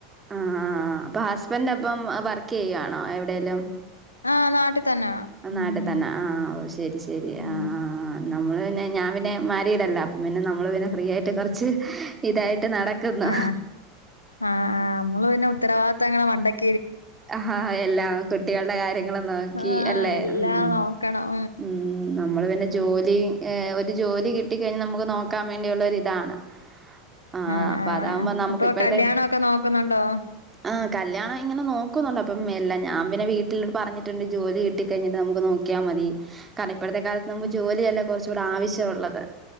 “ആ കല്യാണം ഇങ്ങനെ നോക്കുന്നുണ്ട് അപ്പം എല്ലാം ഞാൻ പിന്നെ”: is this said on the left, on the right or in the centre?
Right